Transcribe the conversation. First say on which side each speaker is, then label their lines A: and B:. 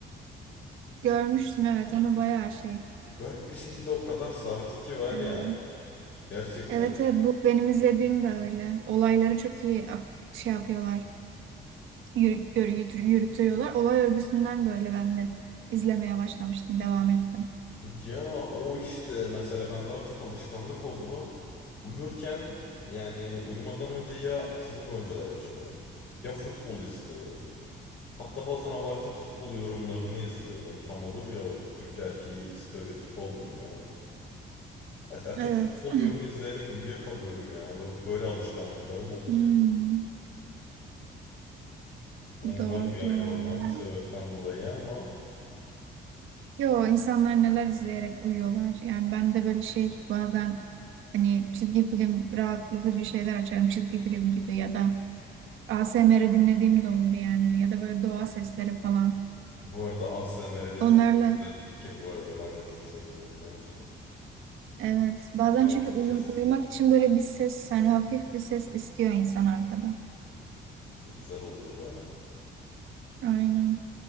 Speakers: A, on the right; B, on the left.
A: Görmüştüm evet onu bayağı şey.
B: Garip bir şekilde o kadar sardı ki var
A: Ee,
B: ya. Gerçekten.
A: evet evet bu benim izlediğim de öyle. Olayları çok iyi ak- şey yapıyorlar. yürü- yürü- yürütü- yürütüyorlar. Olay örgüsünden böyle ben de izlemeye başlamıştım, devam ettim.
B: Ya o işte mesela bende artık alışkanlık oldu. Uyurken yani uyumadan önce ya Kızıl Goncalar açıyorum ya futbol izliyorum. Hatta bazen abartıp futbol yorumlarını izliyorum. Tam olur ya o Türk erkeği stereotipi oldum ya ben. A- Açıp
A: Evet.
B: futbol
A: <laughs>
B: yorumu izleyerek uyuyakalıyorum ya. Bö- Böyle alışkanlıklarım oldu
A: Hmm,
B: büyük. Umarım
A: doğrudur
B: yargılanmam
A: vallahi.
B: bu sebepten dolayı ama
A: Yo insanlar neler izleyerek uyuyorlar. Yani ben de böyle şey bazen hani çizgi film rahatlatıcı şeyler açarım. Çizgi film gibi ya da A S M R dinlediğim de olur yani. Ya da böyle doğa sesleri falan.
B: bu arada ASMR'de
A: Onlarla
B: çok güzel fikir bu arada. Ben de çok seviyorum biliyor musun?
A: evet. Bazen
B: Yağmur
A: çünkü uyum,
B: sesi.
A: uyumak için böyle bir ses hani hafif bir ses istiyor insan arkada.
B: Güzel oluyor baya.
A: Aynen.